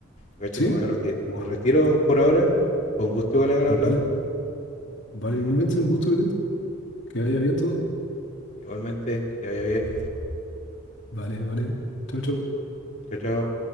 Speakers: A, on the left; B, on the left.
A: de hecho
B: ¿Sí?
A: que me, voy a reti-
B: Guau.
A: me retiro por ahora. Fue un gusto igual haber
B: Vale,
A: hablado.
B: vale,
A: Eh,
B: igualmente un gusto, Vidente. Que haya bien todo.
A: igualmente, que te vaya bien.
B: Vale, vale. Chau, chau.
A: Chao, chao.